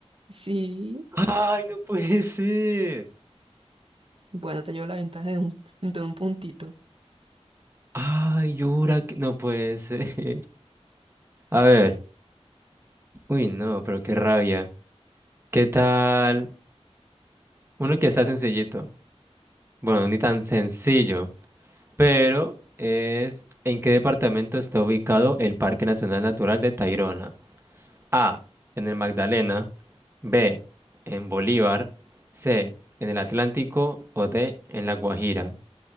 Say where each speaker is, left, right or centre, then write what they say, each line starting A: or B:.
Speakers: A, on the right (about 55°); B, on the right (about 20°).
A: Sí.
B: Ay, no puede ser.
A: Bueno, te llevo la ventaja de un, de un puntito.
B: Ay, yo jura que no puede ser. <laughs> A ver. Uy, no, pero qué rabia. ¿Qué tal? Uno que está sencillito. Bueno, ni tan sencillo. Pero es ¿en qué departamento está ubicado el Parque Nacional Natural de Tayrona? A, en el Magdalena, B, en Bolívar, C, en el Atlántico o D, en la Guajira.